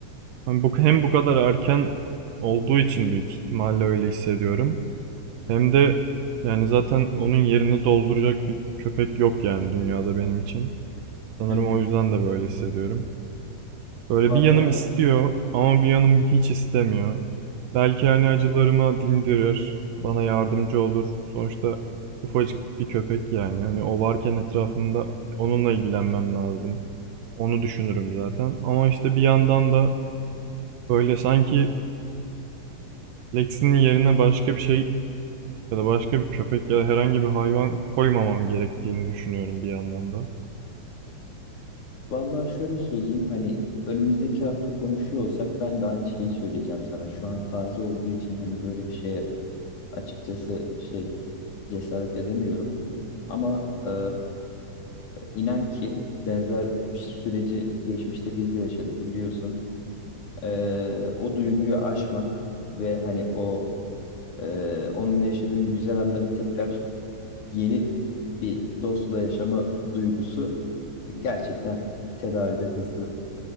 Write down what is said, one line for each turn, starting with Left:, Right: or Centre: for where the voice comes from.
Right: Hani bu, hem bu kadar erken olduğu için büyük ihtimalle öyle hissediyorum. Hem de yani zaten onun yerini dolduracak bir köpek yok yani dünyada benim için. Sanırım
Left: hı hı.
Right: o yüzden de böyle hissediyorum. Böyle
Left: Vallahi,
Right: bir yanım istiyor ama bir yanım hiç istemiyor. Belki hani acılarıma dindirir, bana yardımcı olur. Sonuçta ufacık bir köpek yani. Hani o varken etrafımda onunla ilgilenmem lazım. Onu düşünürüm zaten. Ama işte bir yandan da Böyle sanki Lexi'nin yerine başka bir şey ya da başka bir köpek ya da herhangi bir hayvan koymamam gerektiğini düşünüyorum bir yandan da.
Left: vallahi şöyle söyleyeyim hani önümüzdeki hafta konuşuyor olsak ben de aynı şeyi söyleyeceğim sana. Şu an taze olduğu için hani böyle bir şeye Açıkçası şey cesaret edemiyorum. Ama eee, inan ki benzer süreci geçmişte biz de yaşadık biliyorsun. Eee, o duyguyu aşmak ve hani o eee, onunla yaşadığın güzel anları tekrar yeni bir dostla yaşama duygusu gerçekten tedavide hızlı